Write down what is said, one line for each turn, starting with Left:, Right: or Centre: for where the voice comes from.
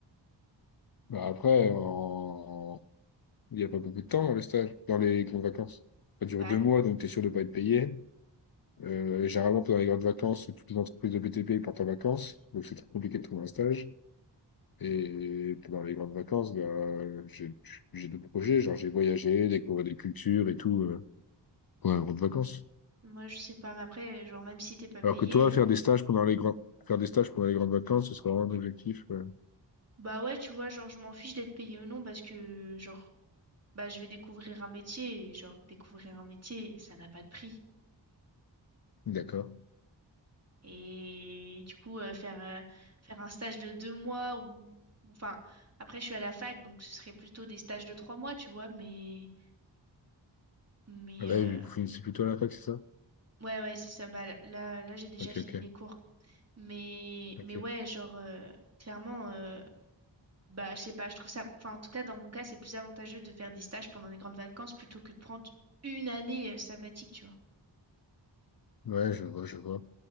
Left: Bah, après, en- il n'y a pas beaucoup de temps dans les stages, dans les grandes vacances. Ça dure
Right: Bah,
Left: deux mois, donc tu es sûr de pas être payé. Euh, généralement, pendant les grandes vacances, toutes les entreprises de BTP partent en vacances, donc c'est très compliqué de trouver un stage. Et pendant les grandes vacances, bah, j'ai j'ai d'autres projets, genre j'ai voyagé, découvert des cultures et tout euh, pendant les grandes vacances.
Right: moi, je sais pas, mais après, genre, même si t'es pas payé,
Left: Alors que toi, faire
Right: euh,
Left: des stages pendant les grandes faire des stages pendant les grandes vacances, ce serait vraiment un objectif. ouais.
Right: Bah ouais, tu vois, genre, je m'en fiche d'être payé ou non parce que, genre, bah, je vais découvrir un métier et, genre, découvrir un métier, ça n'a pas de prix.
Left: D'accord.
Right: Et du coup, euh, faire, euh, faire un stage de deux mois ou, ou- enfin, après, je suis à la fac, donc ce serait plutôt des stages de trois mois, tu vois, mais, mais,
Left: Ah bah
Right: euh,
Left: oui, vous finissez plutôt à la fac, c'est ça?
Right: ouais, ouais, c'est ça, bah, là, là, j'ai déjà
Left: Ok,
Right: fini
Left: ok.
Right: les cours. Mais,
Left: Ok.
Right: mais ouais, genre, euh, clairement, euh, Bah, je sais pas, je trouve ça, enfin, en tout cas, dans mon cas, c'est plus avantageux de faire des stages pendant les grandes vacances plutôt que de prendre une année euh, sabbatique, tu vois.
Left: Ouais, je vois, je vois.